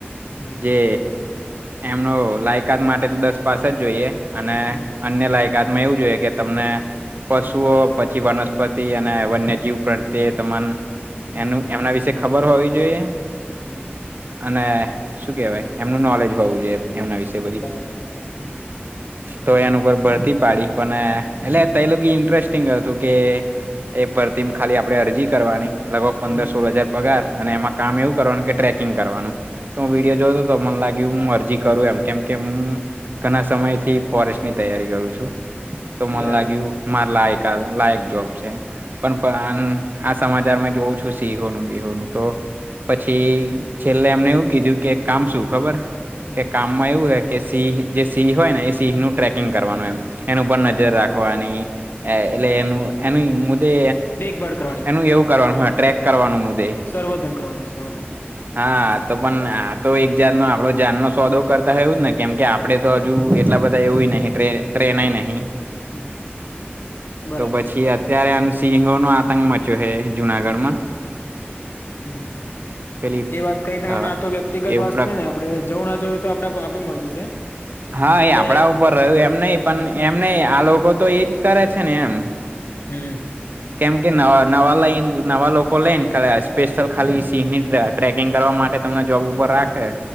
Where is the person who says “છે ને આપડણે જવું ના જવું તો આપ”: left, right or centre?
Left